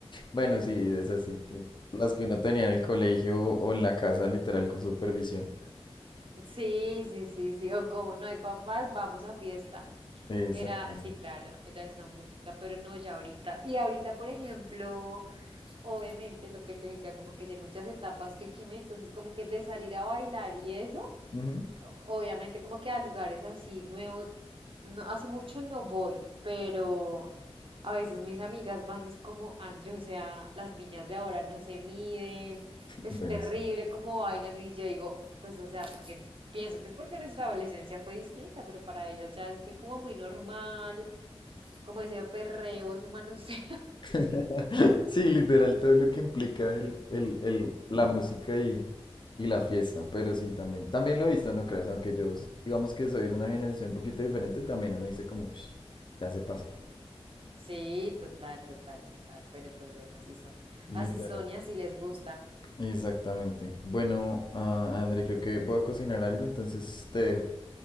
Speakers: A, on the left; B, on the right.
A: Bueno, sí, es así. que Las que uno tenía en el colegio o en la casa, literal, con supervisión.
B: Sí, sí, sí, sí. O como no hay papás, vamos a fiesta.
A: Exactamente.
B: Era, sí, claro, era esa música, pero no ya ahorita. Y ahorita, por ejemplo, Obviamente, lo que te decía, como que ya hay muchas etapas que quemé, entonces como que de salir a bailar y eso,
A: Ujú.
B: obviamente como que a lugares así nuevos, no, hace mucho no voy, pero a veces mis amigas van y es como, Andrew, o sea, las niñas de ahora no se miden, es
A: Bueno,
B: terrible
A: sí.
B: cómo bailan y yo digo, pues o sea, porque pienso que es porque nuestra adolescencia fue distinta, pero para ellas ya es de como muy normal, como ese perreo, ese manoseo.
A: <laughs> Sí, literal, todo lo que implica el, el, el, la música y, y la fiesta, pero sí, también. También lo he visto, no creas, aunque yo, digamos que soy de una generación un poquito diferente, también uno dice como, "Ush, ya se pasa.
B: Sí, total, total, total. Pero pues bueno, así son.
A: Literal.
B: Así son y así les gusta.
A: Exactamente. Bueno, ah, André, creo que voy a cocinar algo, entonces te dejo.